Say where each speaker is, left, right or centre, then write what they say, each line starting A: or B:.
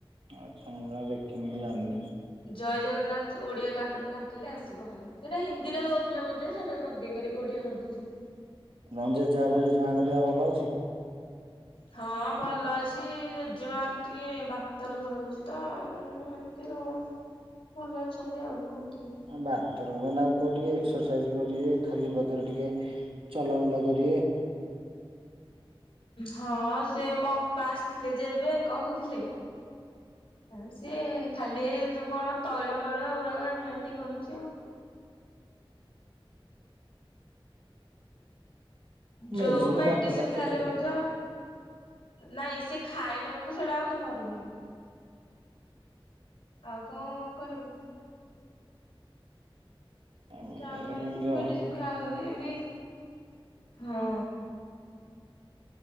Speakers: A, on the right; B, on the left.
A: ଆଚ୍ଛା ମୁଁ କାଇଁ ଦେଖିନି କି ଜାଣିନି
B: ଜୟ ଜଗନ୍ନାଥ ଓଡ଼ିଆ କାଟୁନୁ ମାରିଦେଲେ ଆସିବ ଖାଲି ସେଇଟା ହିନ୍ଦୀରେ ଦଉଥିଲା ବୋଧେ ସେଟାକୁ ବିଗାଡିକି ଓଡ଼ିଆ କରିଦେଇଛନ୍ତି
A: ହଁ ଜେଜେବାପା ଜେଜେମାଙ୍କ ଦେହ ଭଲ ଅଛି?
B: ହଁ ଭଲ ଅଛି ଜେଜେମା ଟିକେ ବାତରକୁ ରହୁଛି ତ ଉଁ ଏମତି ର ଭଲ ଅଛନ୍ତି ଆଉ କଣନ୍ତି?
A: ବାତର ପାଇଁ ତାକୁ କହ ଟିକେ ଏକ୍ସରସାଇଜ କରିବେ ଖାଲି ପଥରେ ଟିକେ ଚଲାବୁଲା କରିବେ।
B: ହଁ ସେ ମୋ ଅପା ଆସିଥିଲେ ଯେବେ କହୁଥିଲେ। ଆଉ ସିଏ ଖାଲି ଏଇ ଯୋଉ କଣ ତୈଳ ମୈଳ ଏଇଗୁଡା କଣାଣ୍ଠି କରୁଚି ଆଉ। ଯୋଉ
A: ମେଡିସିନ
B: ମେଡ଼ିସିନ୍
A: ବାତ ପାଇଁ କେତେ
B: ଖାଇଲେ
A: ଖାଇବେ
B: ମଧ୍ୟ ନାଇଁ ସେ ଖାଇଲେ ମଧ୍ୟ ସେଇଟା ଆଉ ଧରୁନି। ଆଉ କଣ କରିବୁ।
A: ଏମିତି
B: ଯାଉଛନ୍ତି
A: ହେଲେ କେମିତି ହବ
B: ମେଡିସିନ ଖାଉଛନ୍ତି ଏମିତି ହଁ।